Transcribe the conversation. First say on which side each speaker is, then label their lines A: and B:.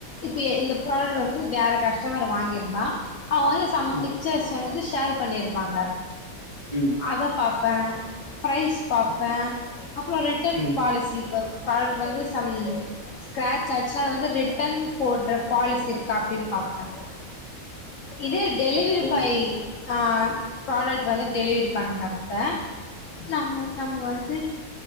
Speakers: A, on the left (about 65°); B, on the left (about 25°).
A: இப்ய இந்த ப்ராடக்ட் வந்து வேற கஸ்டமர் வாங்கிருந்தா அவ்ங்க வந்து சம்
B: ம் ம்
A: பிட்சர்ஸ் வந்து ஷேர் பண்ணிருப்பாங்க
B: ம்
A: அத பாப்ப ப்ரைஸ் பாப்ப அப்றோ ரிட்டன்
B: ம்
A: பாலிசி ப பால் வந்துஸ் சம் ஸ்கராட்ச் ஆச்சுனா அது வந்து ரிட்டன் போட்ற பாலிசி இருக்கா அப்டின் பாப்ப இதே டெலிவரி
B: ஓ
A: பாய் ஆஹ் ப்ராடக்ட் வந்து டெலிவரி பண்றப்ப நம் நம்ம வந்து